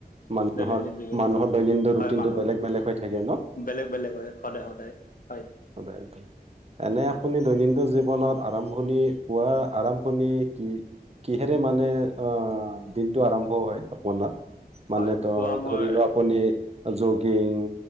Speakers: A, on the right; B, on the left.
A: মানুহৰ
B: দৈনন্দিন জীৱনত
A: মানুহৰ দৈনন্দিন
B: হয়
A: ৰুটিনটো
B: মানুহৰ
A: বেলেগ বেলেগ হৈ থাকে ন।
B: বেলেগ বেলেগ হয় সদায় সদায় হয়।
A: সদায় সদায় এনে আপুনি দৈন কিন্তু জীৱনত আৰম্ভণি পোৱা আৰম্ভণি কি। কিহেৰে মানে অ দিনটো আৰম্ভ হয়। আপোনাৰ মানে
B: হয়
A: তো
B: পুৱা মই
A: ধৰিলোৱা আপুনি। জগিং